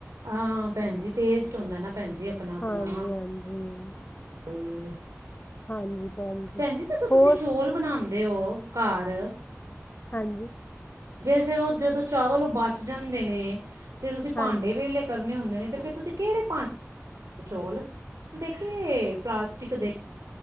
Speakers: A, on the right (about 90°); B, on the left (about 30°).
A: ਹਾਂ ਭੈਣ ਜੀ ਟੇਸਟ ਹੁੰਦਾ ਨਾ ਭੈਣ ਜੀ ਆਪਣਾ-ਆਪਣਾ
B: ਹਾਂਜੀ ਹਾਂਜੀ
A: ਜੀ
B: ਹਾਂਜੀ। ਜੀ
A: ਭੈਣ ਜ ਜਦੋਂ ਤੁਸੀਂ
B: ਹੋਰ
A: ਚੋਲ ਬਣਾਉਦੇ ਓ ਘਰ
B: ਹਾਂਜੀ।
A: ਜੇ ਫੇਰ ਓ ਜਦੋਂ ਚਾਵਲ ਓ ਬਚ ਜਾਂਦੇ ਨੇ ਤੇ ਤੁਸੀਂ ਭਾਂਡੇ
B: ਹਾਂਜੀ
A: ਵੇਲੇ ਕਰਨੇ ਹੁੰਦੇ ਨੇ ਤੇ ਫਿਰ ਤੁਸੀਂ ਕਿਹੜੇ ਭਾਂਡੇ ਚੋਲ ਦੇ ਪਲਾਸਟਿਕ ਦੇ